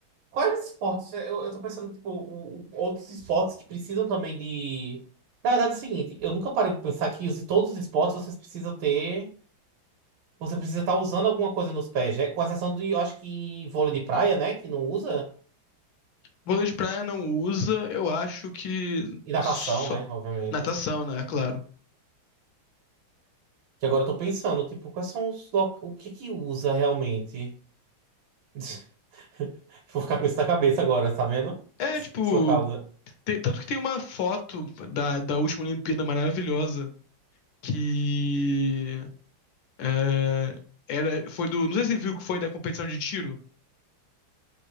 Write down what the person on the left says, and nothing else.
vôlei de praia não usa, eu acho que
só
natação, né? Claro.
É, tipo,
tem- tanto que tem uma foto da, da última Olimpíada maravilhosa que é, era, foi do, não sei se você viu que foi da competição de tiro.